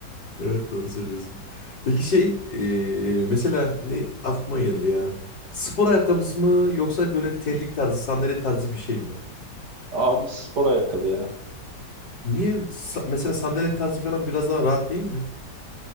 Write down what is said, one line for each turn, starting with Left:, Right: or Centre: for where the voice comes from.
Left: Evet doğru söylüyorsun. Peki şey eee, mesela ne aklıma geldi ya. Spor ayakkabısı mı yoksa böyle terlik tarzı sandalet tarzı bir şey mi?
Right: Abi spor ayakkabı ya.
Left: Niye sa- mesela sandalet tarzı falan biraz daha rahat değil mi?